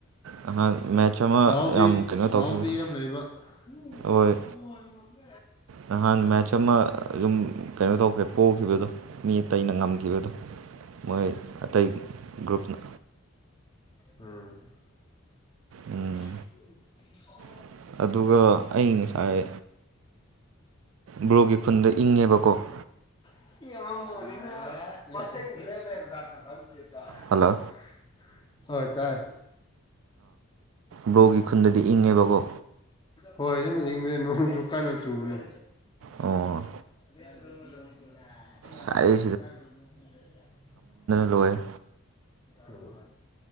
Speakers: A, on the right (about 70°); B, on the left (about 20°).
A: ꯅꯍꯥꯟ ꯃꯦꯠꯆ ꯑꯃ
B: ꯗꯥꯎꯗꯤ
A: ꯌꯥꯝ ꯀꯩꯅꯣ ꯇꯧꯈꯤꯕꯗꯣ
B: ꯗꯥꯎꯗꯤ ꯌꯥꯝ ꯂꯩꯕ ꯎ
A: ꯍꯣꯏ
B: ꯍ <inaudible>
A: ꯅꯍꯥꯟ ꯃꯦꯠꯆ ꯑꯃ ꯑꯗꯨꯝ ꯀꯩꯅꯣ ꯇꯧꯈ꯭ꯔꯦ ꯄꯣꯛꯈꯤꯕꯗꯣ ꯃꯤ ꯑꯇꯩꯩꯅ ꯉꯝꯈꯤꯕꯗꯣ ꯃꯣꯏ ꯑꯇꯩ ꯒ꯭ꯔꯨꯞꯅ
B: ꯑꯝ
A: ꯎꯝ
B: ꯎꯝ
A: <unintelligible> ꯑꯗꯨꯒ ꯑꯩ ꯉꯁꯥꯏ ꯕ꯭ꯔꯣꯒꯤ ꯈꯨꯟꯗ ꯏꯪꯉꯦꯕꯀꯣ <unintelligible>
B: <unintelligible>
A: ꯍꯜꯂꯣ
B: ꯍꯣꯏ ꯇꯥꯏ
A: ꯕ꯭ꯂꯣꯒꯤ ꯈꯨꯟꯗꯗꯤ ꯏꯪꯉꯦꯕꯀꯣ
B: ꯍꯣꯏ ꯌꯥꯝ ꯏꯪꯗꯦ ꯅꯣꯡꯁꯨꯨ ꯀꯥꯟꯅ ꯆꯨꯕꯅꯣ
A: ꯑ
B: <unintelligible>
A: ꯁꯥꯏꯌꯦ ꯆꯜꯂꯣꯏ
B: ꯑꯣ